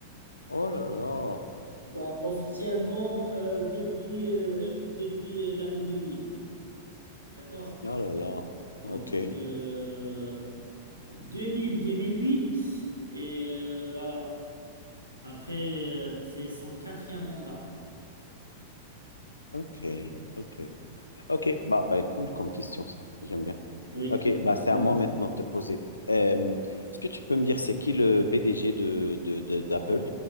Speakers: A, on the left; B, on the right.
A: Oh là là.
B: bon, officiellement euh, depuis, euh, depuis euh, l'année 2000. d'accord?
A: Oh là là.
B: Donc,
A: Ok,
B: euh, 2000-2008, et euh, voilà. Après, euh, c'est son quatrième mandat.
A: ok, ok. Ok, bah, bah cool comme question ça. J'aime bien.
B: Oui,
A: Ok, bah c'est
B: l'habitude.
A: à moi maintenant de te poser. Euh, est-ce que tu peux me dire c'est qui le PDG de, de, de- d'Apple,